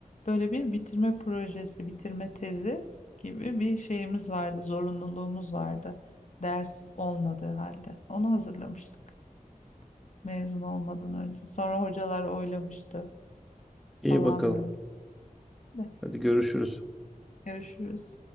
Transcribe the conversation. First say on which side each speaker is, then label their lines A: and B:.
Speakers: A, on the left; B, in the centre.
A: Böyle bir bitirme projesi, bitirme tezi gibi bir şeyimiz vardı, zorunluluğumuz vardı. Ders olmadığı halde. Onu hazırlamıştık mezun olmadan önce. Sonra hocalar oylamıştı
B: iyi
A: falan
B: bakalım.
A: böyle. De,
B: Hadi görüşürüz.
A: Görüşürüz.